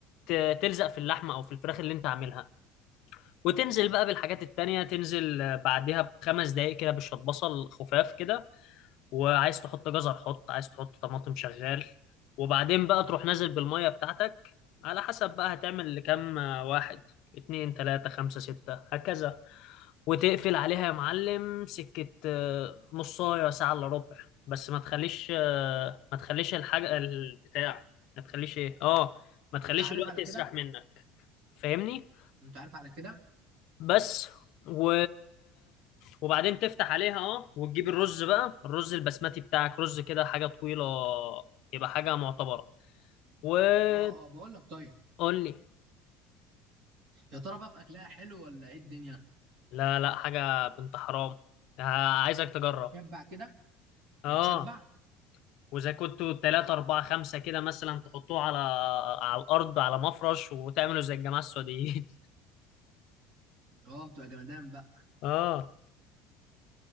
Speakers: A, on the left; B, on the right.
A: ت- تلزق في اللحمه او في الفراخ اللي انت عاملها وتنزل بقى بالحاجات التانية تنزل بعدها بخمس دقايق كده بشوية بصل خفاف كده وعايز تحط جزر حط عايز تحط طماطم شغال وبعدين بقى تروح نازل بالمية بتاعتك على حسب بقى هتعمل لكام آه، واحد اتنين تلاتة خمسة ستة هكذا وتقفل عليها يا معلم سكة آه، نصاية ساعة إلا ربع بس ما تخليش آه، ما تخليش الحاجة البتاع ما تخليش ايه اه ما تخليش
B: أنت عارف
A: الوقت
B: على
A: يسرح
B: كده
A: منك فاهمني
B: أنت عارف على كده
A: بس و... وبعدين تفتح عليها اه وتجيب الرز بقى الرز البسمتي بتاعك رز كده حاجة طويلة يبقى حاجة معتبرة وقول
B: أه أه بقول لك طيب
A: لي
B: يا ترى بقى في أكلها حلو ولا إيه الدنيا
A: لا لا حاجة بنت حرام ه- عايزك تجرب
B: شبع كده
A: اه
B: بتشبع
A: واذا كنتوا تلاتة أربعة خمسة كده مثلا تحطوه على على الأرض على مفرش وتعملوا زي الجماعة السعوديين
B: اه بتبقى جمدان بقى
A: <laughs> اه